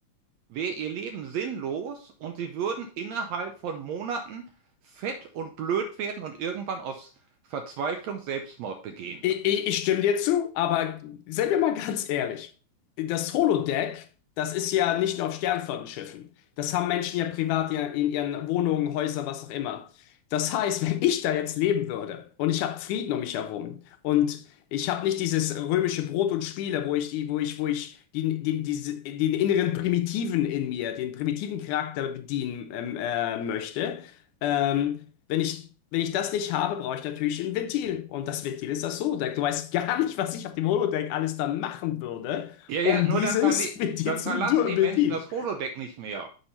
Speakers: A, on the right; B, on the left.
A: wäre ihr Leben sinnlos und sie würden innerhalb von Monaten fett und blöd werden und irgendwann aus Verzweiflung Selbstmord begehen.
B: ich, ich, ich stimme dir zu, aber seien wir mal ganz ehrlich. Das Holodeck, das ist ja nicht nur auf Sternflottenschiffen. Das haben Menschen ja privat ja in ihren Wohnungen, Häusern, was auch immer. Das heißt, wenn ich da jetzt leben würde und ich habe Frieden um mich herum und ich habe nicht dieses römische Brot und Spiele, wo ich die, wo ich, wo ich den, den, diese, den inneren Primitiven in mir, den primitiven Charakter bedienen ähm, äh, möchte. Ähm, Wenn ich, wenn ich das nicht habe, brauche ich natürlich ein Ventil. Und das Ventil ist das Holodeck. Du weißt gar nicht, was ich auf dem Holodeck alles dann machen würde,
A: Ja, ja,
B: um
A: nur
B: dieses
A: dann, verli
B: <laughs> Ventil
A: dann
B: zu
A: verlassen
B: bedienen.
A: die Menschen das Holodeck nicht mehr.